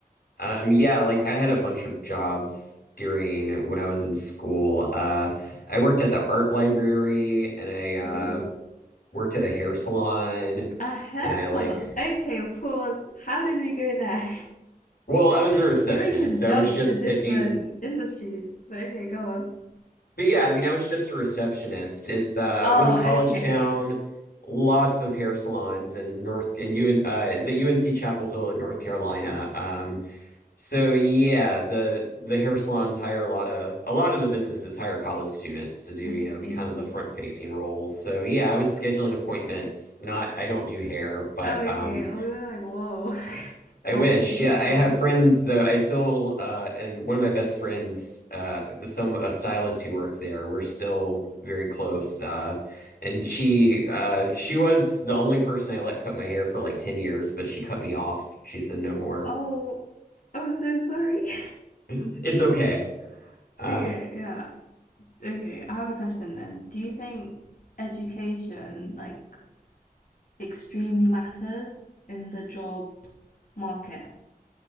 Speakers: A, on the left; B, on the left.
A: Um, yeah, like I had a bunch of jobs during when I was in school. Uh, I worked at the art library and I uh,
B: Oh,
A: worked at a hair salon
B: a hair
A: and I like,
B: salon. Okay, pause. How did we go there?
A: well, I was
B: <laughs>
A: a receptionist,
B: You're making
A: so
B: jumps
A: I was just
B: to different
A: sitting.
B: industries. But okay, go on.
A: But yeah, I mean, I was just a receptionist. It's uh,
B: Oh,
A: it was a college
B: okay.
A: town, lots of hair salons in North and you uh, is it UNC Chapel Hill in North Carolina. Um, So yeah, the the hair salons hire a lot of a lot of the businesses hire college students to do, you
B: I
A: know, be
B: see.
A: kind of the front facing roles. So yeah, I was scheduling appointments. Not I don't do hair, but
B: Oh, okay.
A: um
B: I was gonna be like, whoa. <laughs> How
A: I wish.
B: did you
A: Yeah,
B: jump?
A: I have friends though. I still uh and one of my best friends uh was some a stylist who worked there. We're still very close. Uh and she uh she was the only person I let cut my hair for like 10 years, but she cut me off. She said no more.
B: Oh, I'm so sorry. <laughs>
A: <laughs> It's okay. Uh,
B: Okay, yeah. Okay, I have a question then. Do you think education like extremely matters in the job market?